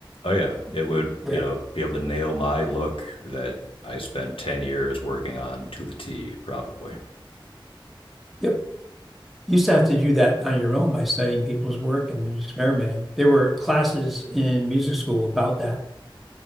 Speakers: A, on the left (about 75°); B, in the centre.
A: Oh yeah, it would,
B: Yeah.
A: you know, be able to nail my look that I spent 10 years working on to the T, probably.
B: Yep. You used to have to do that on your own by studying people's work and experimenting. There were classes in music school about that.